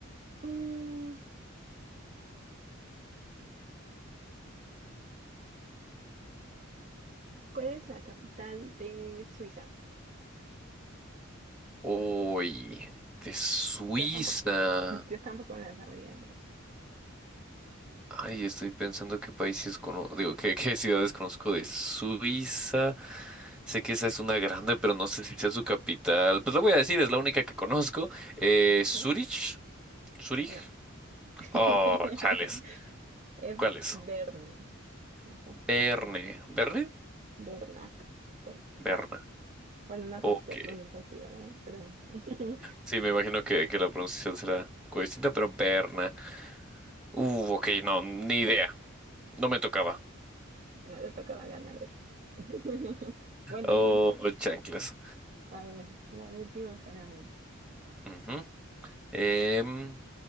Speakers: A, on the right; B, in the centre.
A: Mm, ¿cuál es la capital de Suiza?
B: Uy, de Suiza.
A: Yo tampoco, <laughs> yo tampoco me la sabría, ¿no?
B: Ay, estoy pensando qué países conozco. Digo, qué, qué ciudades conozco de Suiza. Sé que esa es una grande, pero no sé si sea su capital. Pues lo voy a decir, es la única que conozco. Eh, Zurich.
A: ¿Eh?
B: Zurich.
A: No. <laughs>
B: Oh, chales.
A: Es
B: ¿Cuál es?
A: Berna. Dice aquí,
B: Berne. ¿Berne?
A: Berna, con A.
B: Berna.
A: Bueno, no
B: Ok.
A: sé si se pronuncia así, ¿verdad? Pero <laughs>
B: Sí, me imagino que, que la pronunciación será un poco distinta, pero Berna. Uh, ok, no, ni idea. No me tocaba.
A: No le tocaba ganar hoy. <laughs> Bueno,
B: Oh,
A: quién sabe.
B: chanclas.
A: a ver, la última para mí.
B: Ujú. Em,